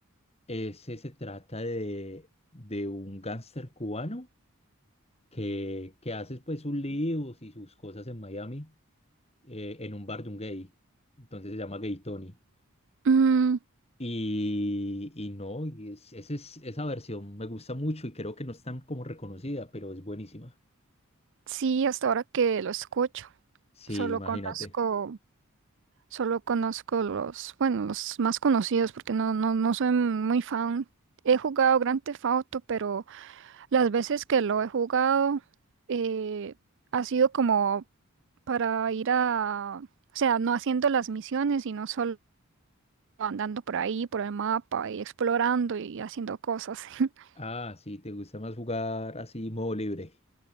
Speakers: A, on the left; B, on the right.
A: Ese se trata de, de un gángster cubano que, que hace pues sus líos y sus cosas en Miami eh, en un bar de un gay. Entonces se llama Gay Tony.
B: Mm,
A: Y, y no, y es- ese es- esa versión me gusta mucho y creo que no es tan como reconocida, pero es buenísima.
B: sí, hasta ahora que lo escucho,
A: Sí,
B: solo
A: imagínate.
B: conozco, solo conozco los, bueno, los más conocidos porque no, no, no soy muy fan. He jugado Grand Theft Auto, pero las veces que lo he jugado eh, ha sido como para ir a, o sea, no haciendo las misiones, sino solo andando por ahí, por el mapa y explorando y haciendo cosas. <laughs>
A: Ah, sí, te gusta más jugar así, modo libre.